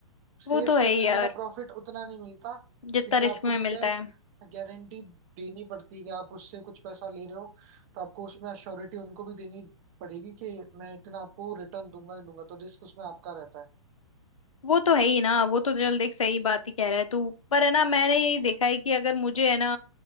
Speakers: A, on the left; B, on the right.
A: वो
B: सेफ
A: तो है
B: चलने
A: ही यार
B: में ना प्रॉफिट उतना नहीं मिलता
A: जितना
B: क्योंकि
A: रिस्क
B: आपको
A: में मिलता
B: भी क्या है, एक
A: है
B: गारंटी देनी पड़ती है कि आप उससे कुछ पैसा ले रहे हो तो आपको उसमें अश्योरिटी उनको भी देनी पड़ेगी कि मैं इतना आपको रिटर्न दूंगा ही दूंगा तो रिस्क उसमें आपका रहता है
A: वो तो है ही ना वो तो चल देख सही बात ही कह रहा है तू पर है ना मैंने यही देखा है कि अगर मुझे है ना